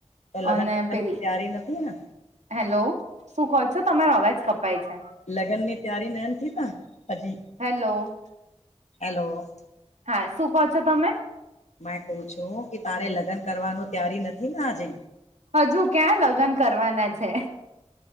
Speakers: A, on the left (about 80°); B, on the right (about 80°).
A: તો લગનની
B: અને
A: તૈયારી
B: પેલી
A: નથી ને
B: હેલો શું કો છો તમારો અવાજ કપાય છે.
A: લગનની તૈયારી ન નથી ત હજી-
B: હેલો-
A: હેલો -
B: હા શું કહો છો તમે?
A: મે કું છું કે તારે લગ્ન કરવાનું ત્યારી નથી ને આજે
B: હજુ ક્યાં લગ્ન કરવાના છે